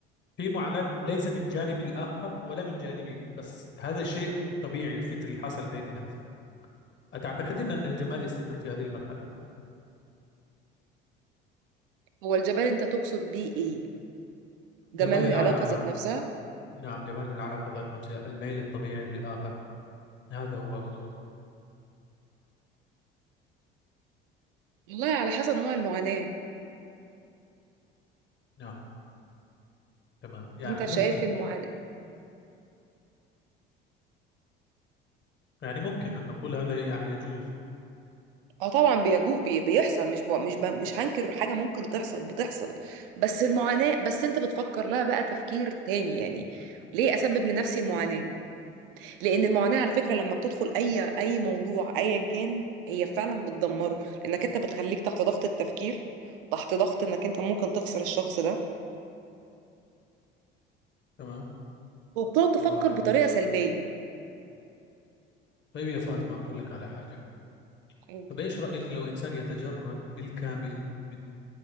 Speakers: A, on the left; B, on the right.
A: في معاناة من- ليس من جانبي الآخر ولا من جانبي بس هذا شيء طبيعي وفطري حصل بيننا أتعتقدين أن الجمال يستمر في هذه المرحلة؟
B: هو الجمال انت تقصد بيه ايه جمال
A: جمال
B: العلاقه
A: العلاقة
B: ذات نفسها
A: نعم جمال العلاقة ذات نفسها الميل الطبيعي للآخر هذا هو الخ-
B: والله على حسب نوع المعاناة
A: نعم تمام يعني
B: انت شايف
A: ممكن
B: المعاناة
A: يعني ممكن أن نقول هذا يعني يجوز
B: اه طبعا بيجو بي- بيحصل مش ب... مش ب... مش هنكر حاجة ممكن تحصل بتحصل بس المعاناة بس انت بتفكر لها بقى تفكير تاني يعني ليه اسبب لنفسي المعاناة لان المعاناة على فكرة لما بتدخل اي اي موضوع ايا كان هي فعلا بتدمره لانك انت بتخليك تحت ضغط التفكير تحت ضغط انك انت ممكن تخسر الشخص ده
A: تمام
B: وبتقعد تفكر
A: و...
B: بطريقة سلبية
A: طيب يا فاطمة أقول لك على حاجة
B: قول.
A: طب إيش رأيك لو إنسان يتجرد بالكامل من